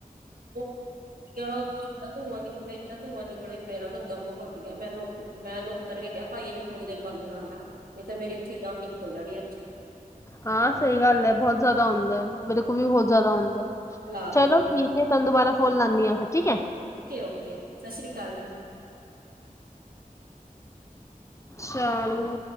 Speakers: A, on the right; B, on the left.
A: <unintelligible> ਧੂੰਆਂ ਨਿਕਲਿਆ <unintelligible> ਧੂੰਆਂ ਨਿਕਲੇ ਮੇਰਾ ਤੋਂ ਦਮ ਘੁੱਟ ਗਿਆ ਮੈਨੂੰ ਮੈਂ ਉਹਨੂੰ ਉਤਰ ਕੇ ਕਿਹਾ ਭਾਈ ਇਹਨੂੰ ਥੋੜੀ ਦੇਰ ਬੰਦ ਕਰ ਲਾ ਨਹੀਂ ਤਾਂ ਮੇਰੀ ਇੱਥੇ ਜਾਨ ਨਿਕਲ ਜਾਣੀ ਅੱਜ।
B: ਹਾਂ, ਸਹੀ ਗੱਲ ਐ ਬਹੁਤ ਜ਼ਿਆਦਾ ਹੁੰਂਦਾ ਮੇਰੇ ਕੋਲ ਵੀ ਬਹੁਤ ਜ਼ਿਆਦਾ ਹੁੰਂਦਾ।
A: ਚਲਾ
B: ਚਲੋ
A: ਰਹੇ ਹੋ
B: ਠੀਕ ਐ। ਤੁਹਾਨੂੰ ਦੁਬਾਰਾ ਫੋਨ ਲਾਨੀ ਆ ਫਿਰ ਠੀਕ ਆ।
A: ਓਕੇ ਓਕੇ ਸਤਿ ਸ੍ਰੀ ਅਕਾਲ ਜੀ।
B: ਸ਼ਾਲੂ